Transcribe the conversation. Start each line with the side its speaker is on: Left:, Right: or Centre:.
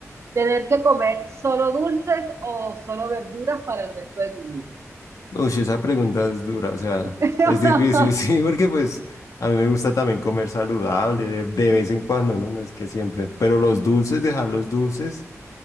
Right: ¿Tener que comer solo dulces o solo verduras para el resto de tu vida?
Left: Uy, esa pregunta es dura, o sea,
Right: <laughs>
Left: es difícil, <laughs> sí, porque pues a mí me gusta también comer saludable de, de vez en cuando, ¿no? No es que siempre, pero los dulces, dejar los dulces.